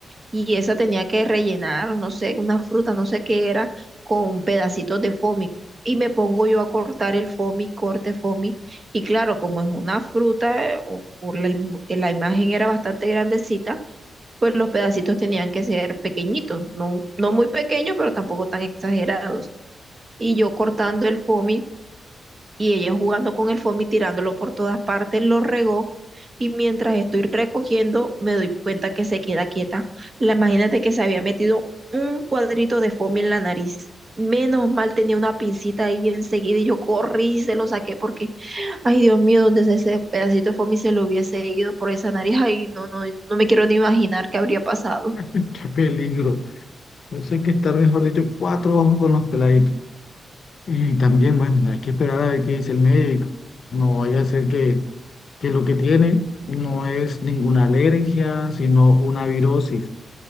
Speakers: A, on the right (about 30°); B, on the left (about 50°).
A: y esa tenía que rellenar, no sé, una fruta, no sé qué era, con pedacitos de foamy. Y me pongo yo a cortar el foamy, corte foamy. Y claro, como es una fruta, eh, o- o la, im- la imagen era bastante grandecita, pues los pedacitos tenían que ser pequeñitos, no, no muy pequeños, pero tampoco tan exagerados. Y yo cortando el foamy y ella jugando con el foamy, tirándolo por todas partes, lo regó. Y mientras estoy recogiendo, me doy cuenta que se queda quieta. La imagínate que se había metido un cuadrito de foamy en la nariz. Menos mal tenía una pincita ahí enseguida y yo corrí y se lo saqué porque, ay Dios mío, donde ese ese pedacito de foamy se lo hubiese ido por esa nariz, ay, no, no, no me quiero ni imaginar qué habría pasado.
B: <laughs> ¡Qué peligro! Eso hay que estar, mejor dicho, cuatro ojos con los peladitos. Y también, bueno, hay que esperar a ver qué dice el médico. No vaya a ser que, que lo que tiene no es ninguna alergia, sino una virosis.